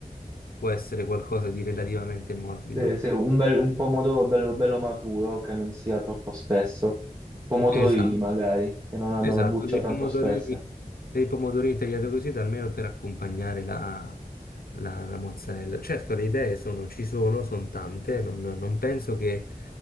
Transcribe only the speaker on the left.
può essere qualcosa di relativamente morbido.
Esatto,
esatto,
dei
pomodorini,
dei pomodorini tagliati così, almeno per accompagnare la, la- la mozzarella. Certo, le idee sono, ci sono, sono tante, non, non penso che,